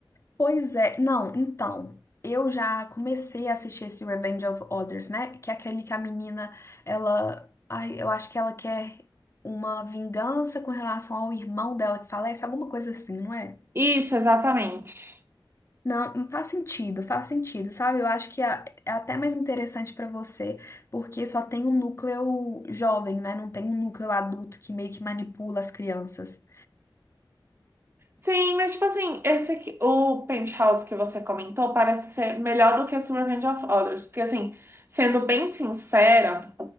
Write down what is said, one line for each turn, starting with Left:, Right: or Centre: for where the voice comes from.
Left: Pois é, não, então, eu já comecei a assistir esse Revenge of Others, né? Que é aquele que a menina, ela, ai, eu acho que ela quer uma vingança com relação ao irmão dela que falece, alguma coisa assim, não é?
Right: Isso, exatamente.
Left: Não, faz sentido, faz sentido, sabe? Eu acho que é é até mais interessante pra você, porque só tem um núcleo jovem, né? Não tem um núcleo adulto que meio que manipula as crianças.
Right: Sim, mas tipo assim, esse aqui, o Penthouse que você comentou parece ser melhor do que Summer Range of Others, porque assim, sendo bem sincera,